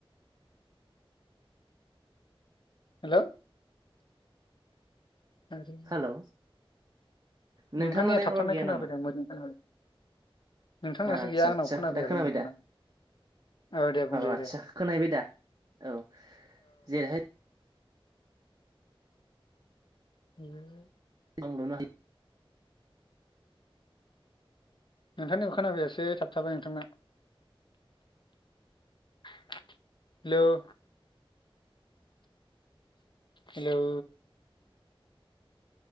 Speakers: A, on the left; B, on the right.
A: हेलौ आरो
B: हेलौ नोंथांना
A: नोंथांनिया
B: नेटवार्क
A: थाबथानाय
B: गैया
A: खोनाफैदों
B: नामा
A: आं मोजां खोना नोंथांनासो
B: आदसा
A: गैया
B: आदसा
A: आंनाव खोनाफैयाखै
B: दा खोनाबाय
A: नोंथां
B: दा
A: ना औ दे बुंदो
B: आदसा
A: दे।
B: खोनाहैबाय दा औ जेरैहाय
A: उम।
B: आं लुनो हा
A: नोंथांनिखौ खोनाफैयासै थाबथाबाय नोंथांना हेल' हेलौ